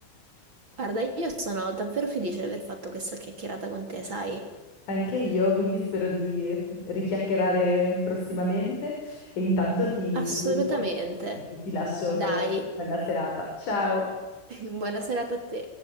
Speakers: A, on the right; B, on the left.
A: Guarda, io sono davvero felice di aver fatto questa chiacchierata con te, sai?
B: Anche io, quindi spero di eh, richiacchierare prossimamente e intanto ti
A: Assolutamente.
B: saluto e ti lascio
A: Dai,
B: fare una bella serata. Ciao!
A: <laughs> buona serata a te.